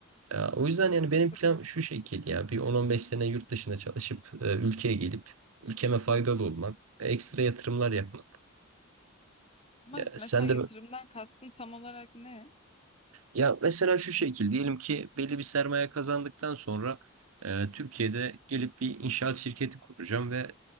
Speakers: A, on the right; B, on the left.
A: Ya, o yüzden yani benim
B: Tabii.
A: plan şu şekilde ya bir 10-15 sene yurt dışına çalışıp e, ülkeye gelip ülkeme faydalı olmak, ekstra yatırımlar yapmak.
B: Ama
A: Ya,
B: mesela
A: sen
B: yatırımdan
A: de
B: kastın tam olarak ne?
A: ya mesela şu şekil diyelim ki belli bir sermaye kazandıktan sonra e, Türkiye'de gelip bir inşaat şirketi kuracağım ve